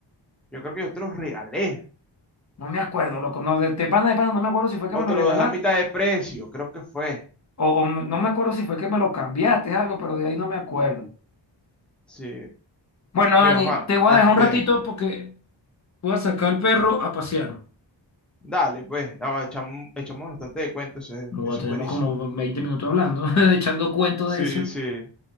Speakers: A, in the centre; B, on the left.
A: yo creo que yo te los regalé,
B: No me acuerdo, loco. No, de, de pana de pana, no me acuerdo si fue que
A: o
B: me
A: te
B: los regalaste
A: lo dejé a mitad de precio, creo que fue.
B: o, o no me acuerdo si fue que me los cambiaste, algo, pero de ahí no me acuerdo.
A: Sí,
B: Bueno,
A: mira
B: Dani,
A: Juan,
B: te voy
A: este,
B: a dejar un ratito porque voy a sacar al perro a pasear.
A: dale, pues, no, echamos, echamos bastante de cuentos, eso es
B: Luego
A: eso
B: tenemos
A: es buenísimo.
B: como 20 minutos hablando, <laughs> echando cuento
A: Sí,
B: de eso.
A: sí.